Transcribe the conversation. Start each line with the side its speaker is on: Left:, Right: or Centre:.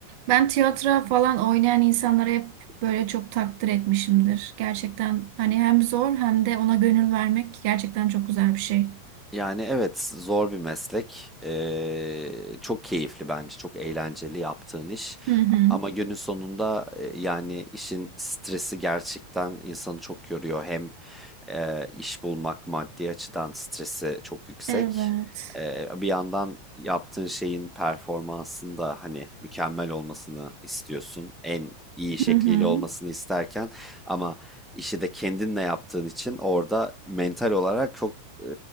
Right: Ben tiyatro falan oynayan insanlara hep böyle çok takdir etmişimdir. Gerçekten hani hem zor hem de ona gönül vermek gerçekten çok güzel bir şey.
Centre: Yani evet zor bir meslek. Ee, çok keyifli bence. Çok eğlenceli yaptığın iş.
Right: Hı hı.
Centre: Ama günün sonunda e, yani işin stresi gerçekten insanı çok yoruyor. Hem e, iş bulmak maddi açıdan stresi çok yüksek.
Right: Evet.
Centre: Ee, bir yandan yaptığın şeyin performansında hani mükemmel olmasını istiyorsun. En iyi şekliyle
Right: Hı hı.
Centre: olmasını isterken ama işi de kendinle yaptığın için orada mental olarak çok e,